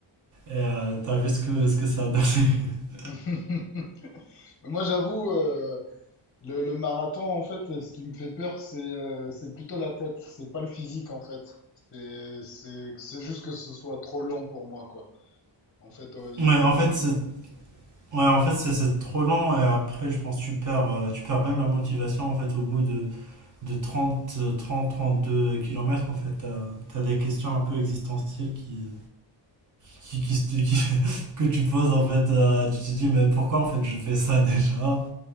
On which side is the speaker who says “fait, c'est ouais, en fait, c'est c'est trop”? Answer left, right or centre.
Right